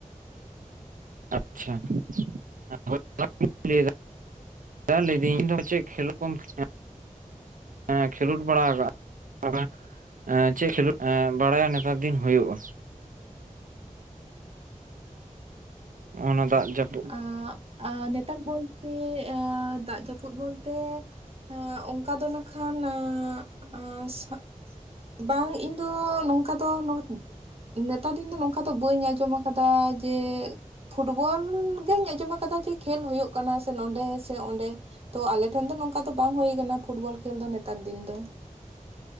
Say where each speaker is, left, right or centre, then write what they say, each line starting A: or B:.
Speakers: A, on the right; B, on the right.
A: ᱟᱪᱪᱷᱟ, <unintelligible> ᱞᱟᱹᱭᱟ ᱼᱼ ᱦᱮᱸ ᱞᱟᱹᱭᱮᱫᱟᱹᱧ ᱤᱧᱫᱚ ᱪᱮᱫ ᱠᱷᱮᱞ ᱠᱚᱢ ᱠᱷᱮ <unintelligible> ᱼᱼ ᱮᱸᱸ ᱠᱷᱮᱞᱳᱰ ᱵᱟᱲᱟ ᱠᱟᱜ? <unintelligible> ᱪᱮᱫ ᱠᱷᱮᱞᱳᱰ ᱮᱸ ᱵᱟᱲᱟᱭᱟ? ᱱᱮᱛᱟᱨ ᱫᱤᱱ ᱦᱳᱭᱳᱜᱼᱟ। ᱦᱚᱱᱟ ᱫᱟᱜ ᱡᱟᱯ ᱼᱼ
B: ᱟᱜ ᱟᱻ ᱱᱮᱛᱟᱨ ᱵᱚᱞᱛᱮ, ᱮ ᱫᱟᱜ ᱡᱟᱹᱯᱩᱫ ᱵᱚᱞᱛᱮ ᱼᱼ ᱮᱸ ᱚᱝᱠᱟ ᱫᱚ ᱱᱟᱠᱷᱟᱱ, ᱮᱸᱻ ᱟᱸᱻ ᱥᱟᱵ <unintelligible> ᱼᱼ ᱵᱟᱝ ᱤᱧ ᱫᱚ ᱱᱚᱝᱠᱟ ᱫᱚ ᱢᱟᱱᱮ <unintelligible> ᱼᱼ ᱱᱮᱛᱟᱨ ᱫᱤᱱ ᱫᱚ ᱱᱚᱝᱠᱟ ᱫᱚ, ᱵᱟᱹᱧ ᱟᱸᱡᱚᱢ ᱟᱠᱟᱫᱟ। ᱡᱮ, ᱯᱷᱩᱴᱵᱚᱞ ᱼᱼ ᱫᱩᱧ ᱟᱸᱡᱚᱢ ᱟᱠᱟᱫᱟ। ᱡᱮ, ᱠᱷᱮᱞ ᱦᱳᱭᱩᱜ ᱠᱟᱱᱟ ᱥᱮ ᱱᱚᱰᱮ ᱥᱮ ᱚᱸᱰᱮ। ᱛᱚ, ᱟᱞᱮ ᱴᱷᱮᱱ ᱫᱚ ᱱᱚᱝᱠᱟ ᱫᱚ ᱵᱟᱝ ᱦᱩᱭ ᱠᱟᱱᱟ। ᱯᱷᱩᱴᱵᱚᱞ ᱠᱷᱮᱞ ᱫᱚ ᱱᱮᱛᱟᱨ ᱫᱤᱱ ᱫᱚ।